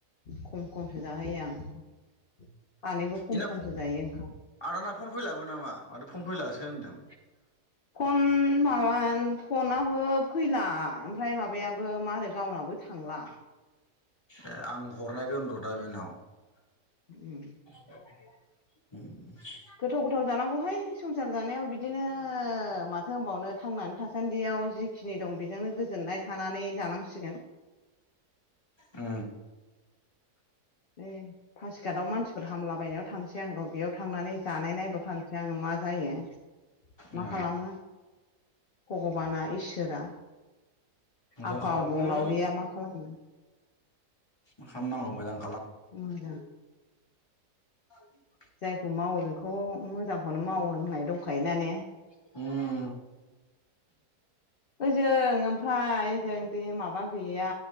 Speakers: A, on the left (about 40°); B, on the left (about 15°).
A: खम खमसो जाहोयो आं सानैबो खम
B: इना
A: खमसो जायो ओंखाम।
B: आदाना फन फैलाबो नामा माथो फन फैलासो होनदों।
A: फन माबा फनाबो फैला ओमफ्राय माबायाबो मा होनो गावनाबो थांला।
B: ए आं हरनायगोनर' दा बेनाव
A: <unintelligible>
B: <inaudible>
A: गोथाव गोथाव जानांगौहाय संसार जानायाव बिदिनो माथो होनबावनो थांनानै थासान्दियाव जि खिनि दं बेजोंनो गोजोननाय थानानै जानांसिगोन।
B: उ
A: <unintelligible> पासिकाटआव मानसिफोर हामलाबायनायाव थांसै आं र' बेयाव थांनानै जानाय नायबो थसै आङो मा जायो। मा
B: ए
A: खालामो? भगबाना इसोरा।
B: मोजां
A: आफाबंलावरिया
B: खालामगोन
A: मा खालामो?
B: म खालामनांगौ मोजां
A: उ द <inaudible>
B: औ <inaudible>
A: जायखौ मावो बेखौ मोजांखौनो मावो होननाय दंखायो ना ने?
B: <unintelligible>
A: ओजों ओमफ्राय ओजों दे माबा गैया